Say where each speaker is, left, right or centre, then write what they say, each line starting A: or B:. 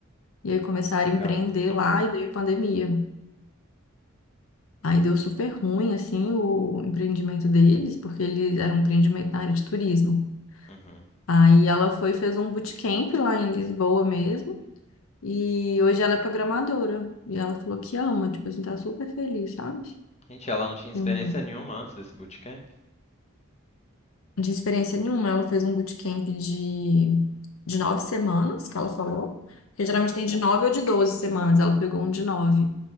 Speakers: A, on the left; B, on the left.
A: E aí começaram
B: Legal.
A: a empreender lá e veio a pandemia. Aí deu super ruim assim o empreendimento deles, porque eles eram um empreendimento na área de turismo.
B: Uhum.
A: Aí ela foi, e fez um bootcamp lá em Lisboa mesmo. E hoje ela é programadora. E ela falou que ama, tipo assim, tá super feliz, sabe?
B: Gente, ela não tinha
A: Tem
B: experiência
A: uma
B: nenhuma antes desse bootcamp?
A: de experiência nenhuma. Ela fez um bootcamp de, de nove semanas, que ela falou. Porque geralmente tem de nove ou de doze semanas. Ela pegou um de nove.